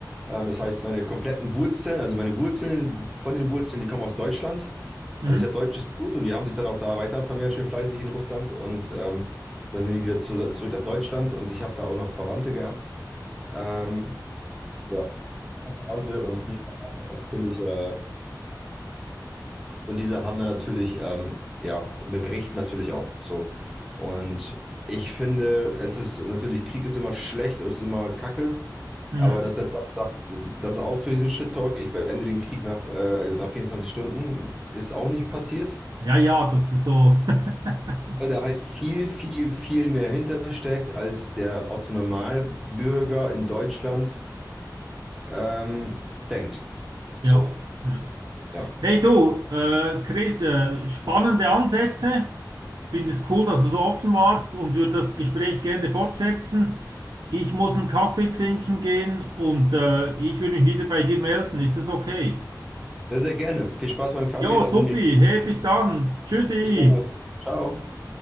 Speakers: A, in the centre; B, on the right (about 70°).
A: Ähm, das heißt, meine kompletten Wurzeln, also meine Wurzeln von den Wurzeln, die kommen aus Deutschland.
B: mhm.
A: Also ich habe deutsches Blut und die haben sich dann auch da weiter vermehrt, schön fleißig in Russland. Und ähm, dann sind wir wieder zu, zurück nach Deutschland und ich habe da auch noch Verwandte gehabt. Ähm, ja, Verwandte und die haben dann natürlich, äh, und diese haben dann natürlich, ähm, ja, Bericht natürlich auch. So. Und ich finde, es ist natürlich, Krieg ist immer schlecht und ist immer Kacke.
B: Mhm.
A: Aber dass er auch sagt, dass er auch zu diesem Shit-Talk, ich beende den Krieg nach, äh, nach 24 Stunden, ist auch nicht passiert.
B: Ja, ja, das ist so. <laughs>
A: Weil da halt viel, viel, viel mehr hintersteckt, als der Otto Normalbürger in Deutschland ähm, denkt.
B: Ja,
A: So,
B: ja.
A: ja.
B: Hey du, äh, Chris, äh, spannende Ansätze. Finde es cool, dass du so offen warst und würde das Gespräch gerne fortsetzen. Ich muss einen Kaffee trinken gehen und äh, ich will mich wieder bei dir melden. Ist das okay?
A: Sehr, sehr gerne. Viel Spaß beim Kaffee.
B: Ja,
A: Lass
B: supi.
A: es in die
B: Hey, bis dann. Tschüssi.
A: Bis dann. Ciao.